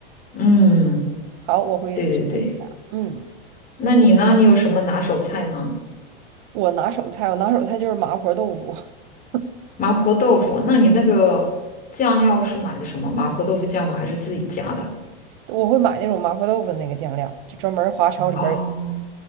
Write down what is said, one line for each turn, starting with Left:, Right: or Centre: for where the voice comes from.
Left: 嗯，
Right: 好，我会试一下。
Left: 对对对，
Right: 嗯，
Left: 那你呢？你有什么拿手菜吗？
Right: 我拿手菜，我拿手菜就是麻婆豆腐，<laughs>
Left: 麻婆豆腐，那你那个酱料是买的什么？麻婆豆腐酱吗？还是自己加的？
Right: 我会买那种麻婆豆腐的那个酱料，就专门华超里边。
Left: 哦，